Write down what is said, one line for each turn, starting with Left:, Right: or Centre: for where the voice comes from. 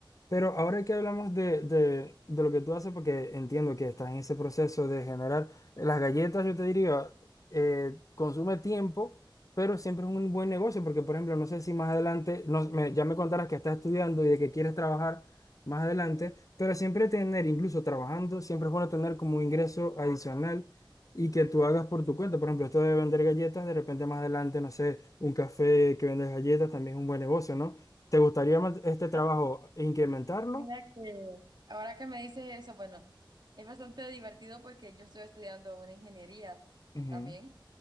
Left: pero ahora que hablamos de, de- de lo que tú haces, porque entiendo que estás en ese proceso de generar las galletas, yo te diría, eh, consume tiempo, pero siempre es un buen negocio, porque por ejemplo, no sé si más adelante, no- me- ya me contarás que estás estudiando y de que quieres trabajar más adelante, pero siempre tener, incluso trabajando, siempre es bueno tener como un ingreso adicional y que tú hagas por tu cuenta. Por ejemplo, esto de vender galletas, de repente más adelante, no sé, un café que vendes galletas también es un buen negocio, ¿no? ¿Te gustaría man- este trabajo
Right: Ah.
Left: incrementarlo?
Right: Mira que ahora que me dices eso, bueno, es bastante divertido porque yo estoy estudiando una ingeniería
Left: Ujú,
Right: también,